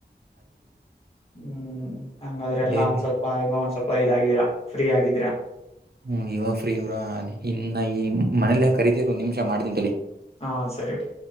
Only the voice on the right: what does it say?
ಡೇರಿ
ಹ್ಮ್ ಇವಾಗ ಫ್ರೀ ಬ್ರೋ ಅದಿ ಇನ್ನ ಈ ಮನೇಲ್ಲಯ ಕರೀತಿದ್ರು ಒಂದ್ ನೀಮಿಷ ಮಾಡ್ತೀನಿ ತಡಿ.